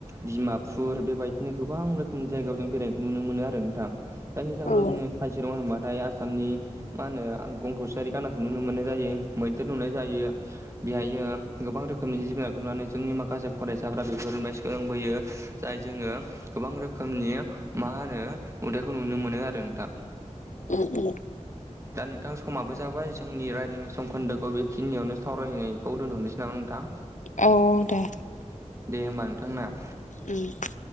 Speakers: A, on the right; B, on the left.
A: डिमापुर बेबायदिनो गोबां रोखोमनि जायगायाव जों बेरायखौ नुनो मोनो आरो नोंथां। जायनि जाउनाव
B: औ
A: जोङो काजिरङा होनबाथाय आसामनि मा होनो? आं गंथ'सेयारि गानदाखौनो नुनो मोनो। जायो मैदेर नुनाय जायो। बेहायो गोबां रोखोमनि जि जुनारखौ नुनानै जोंनि माखासे फरायसाफ्रा बेफोरनिफ्राय सोलोंबोयो। जाय जोङो गोबां रोखोमनि मा होनो? नुथाइखौ नुनो मोनो आरो नोंथां।
B: उम
A: दा नोंथां समाबो जाबाय जोंनि राइ- जोंनि समखोन्दोखौ बेखिनियावनो सावरायनायखौ दोनथ'नोसै नामा नोंथां?
B: औ दे
A: औ दे होमबा नोंथां ना
B: उम